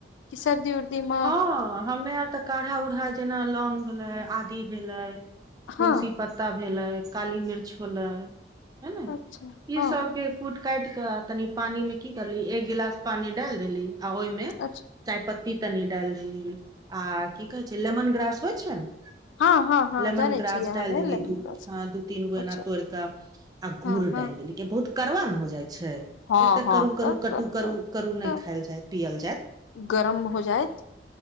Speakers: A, on the left; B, on the right.
A: कि सर्दी उर्दी मे
B: हँ हमे यार तऽ काढ़ा उढ़ा जेना लौंग भेलैय आदी भेलैय तुलसी
A: हँ
B: पत त्ता भेलै काली मिर्च होलैय है न
A: अच्छा
B: ई
A: हँ
B: सब के कूट काटि क तनि पानी मे की करली एक गिलास पानी डाल देली आ ओईमे
A: अच्छा
B: चायपत्ती तनी डालि देलीयै आ की कहे छै लेमन ग्रास होइ छै न
A: हँ हँ हँ
B: लेमन
A: जानै
B: ग्रास
A: छियै
B: डालि
A: हमे
B: देलीयै
A: लेमन
B: दू
A: ग्रास
B: दू तीन गो
A: अच्छा
B: एना तोड़ क आ
A: हँ
B: गुड़
A: हँ
B: डालि देलीयै के बहुत करड़वा ने हो जाइ छै
A: हँ
B: एते
A: हँ
B: करू
A: तऽ
B: करू कटू
A: सब
B: करू
A: तऽ
B: करू
A: तऽ
B: नै खायल जाए पियअल जाएत
A: गरम हो जाएत